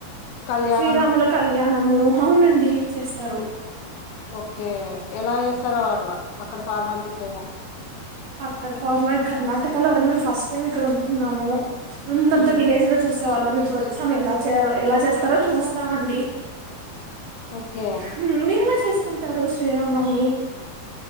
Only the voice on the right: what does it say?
శ్రీరాముల కళ్యా కళ్యాణం అవునండి చేస్తారు.
అత్తరుఫర్మై కర్ణటక లోని ఫస్ట్ టైం ఇక్కడ ఉంటున్నాము. ముందంత
విలేజ్ లో చూస వాళ్ళము ఇప్పుడు వచ్చాం ఎలా చేయ ఎలా చేస్తారో చూస్తామండి.
మీర్ మీరు చేసుకుంటారు శ్రీరామనవమి